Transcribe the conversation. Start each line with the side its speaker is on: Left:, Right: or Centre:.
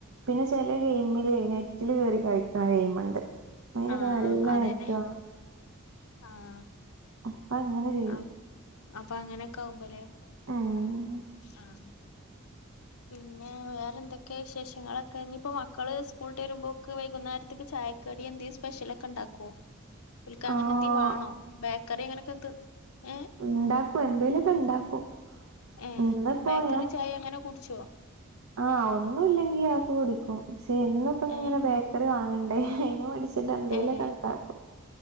Right: പിന്നെ ചെല ഗെയിമിലെ നെറ്റില് കേറി കളിക്കണ ഗെയിമ്ണ്ട് അയിനൊക്കെ
Left: ആഹ്
Right: നല്ല
Left: അതന്നെ
Right: നെറ്റ് വേണം
Left: ആഹ്
Right: അപ്പ അങ്ങനെ ചെയ്യും
Left: ആഹ് അപ്പൊ അങ്ങനെക്കെ ആവുമ്പല്ലെ
Right: ഉം
Left: ആഹ് പിന്നെ വേറെന്തൊക്കെ വിശേഷങ്ങളൊക്കെ ഞ്ഞിപ്പോ മക്കള് സ്കൂള്ട്ട് വരുമ്പോക്ക് വൈകുന്നേരത്ത്ക്ക് ചായ കടി എന്തേം സ്പെഷ്യലഒക്കെ ഇണ്ടാക്കോ ഓൽക്ക അങ്ങനെ
Right: ആഹ്
Left: എന്തീം വാണോ ബേക്കറി അങ്ങനെക്കെ ത്ത് ഏഹ്
Right: ഉണ്ടാക്കും എന്തേലൊക്ക ഇണ്ടാക്കും
Left: ഏഹ്
Right: ഇന്ന്പ്പോ
Left: ബേക്കറിം
Right: ഞാൻ
Left: ചായ അങ്ങനെ കുട്ച്ചോ
Right: ആഹ് ഒന്നുല്ലെങ്കി അഅക്കെ കുടിക്കും പക്ഷെ എന്നും ഇപ്പങ്ങനെ
Left: ഏഹ്
Right: ബേക്കറി വാങ്ങണ്ടേ അയ്ന് മട്ച്ച് ച്ച്ട്ട് എന്തേലാെക്കങ്ണ്ടാക്കും
Left: ഏഹ്